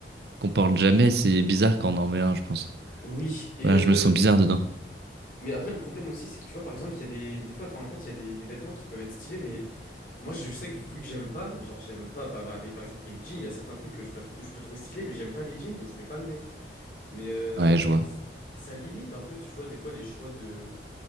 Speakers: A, on the right; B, on the left.
A: qu'on porte jamais, c'est bizarre quand on en met un, je pense.
B: Oui, et
A: Voilà,
B: euh,
A: je me sens bizarre dedans.
B: mais après le problème aussi c'est que tu vois par exemple, il y a des des fois enfin en fait, il y a des, des vêtements qui peuvent être stylés mais moi je sais que vu que j'aime pas, genre j'aime pas par par- les par exemple les jeans, il y a certains trucs que je peux je peux trouver stylés mais j'aime pas les jeans donc je vais pas le mettre. Mais euh,
A: Ouais, je vois.
B: et c- et ça limite un peu tu vois des fois les choix de